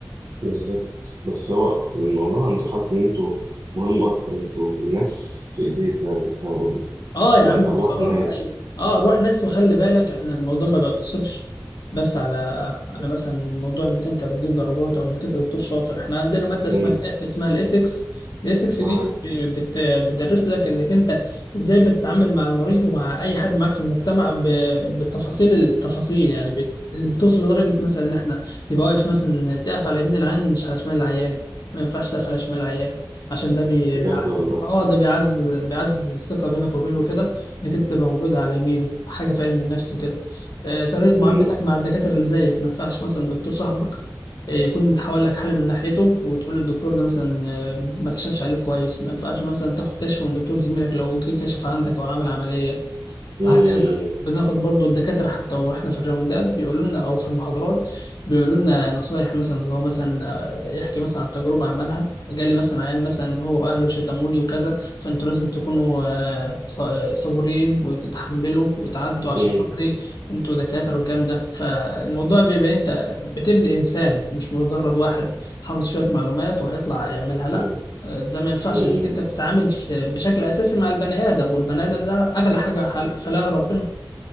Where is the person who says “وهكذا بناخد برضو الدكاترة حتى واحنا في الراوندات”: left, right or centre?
Left